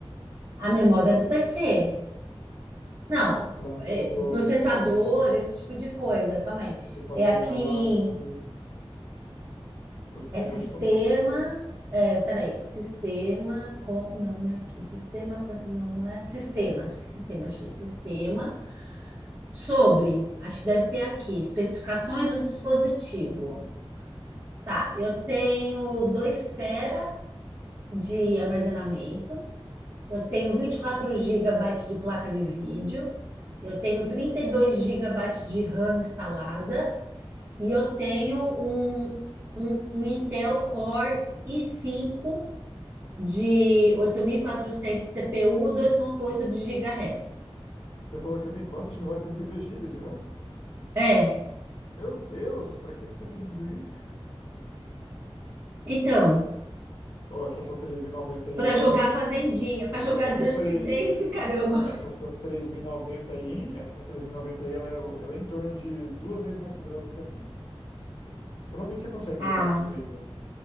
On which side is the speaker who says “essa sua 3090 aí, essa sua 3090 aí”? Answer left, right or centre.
Left